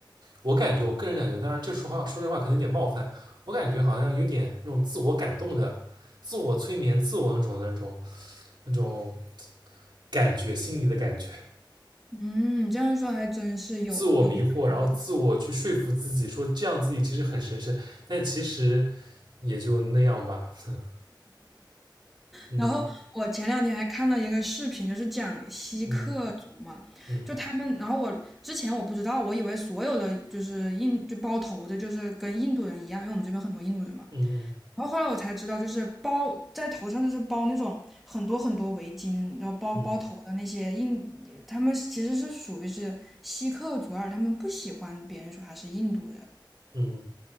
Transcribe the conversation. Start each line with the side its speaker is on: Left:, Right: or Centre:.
Right: 我感觉，我个人感觉，当然这说话说这话可能有点冒犯，我感觉好像有点那种自我感动的、自我催眠、自我那种那种那种感觉，心里的感觉，
Centre: 嗯，你这样一说还真是有有一种感觉。
Right: 自我迷惑，然后自我去说服自己，说这样自己其实很神圣，但其实也就那样吧。<laughs> 嗯
Centre: 然后我前两天还看了一个视频，就是讲锡克族嘛，
Right: 嗯嗯
Centre: 就他们，然后我之前我不知道，我以为所有的就是印就包头的，就是跟印度人一样，因为我们这边很多印度人嘛。
Right: 嗯嗯
Centre: 然后后来我才知道，就是包在头上，就是包那种很多很多围巾，然后包包头的那些印，
Right: 嗯
Centre: 他们其实是属于是锡克族，而他们不喜欢别人说他是印度人，
Right: 嗯，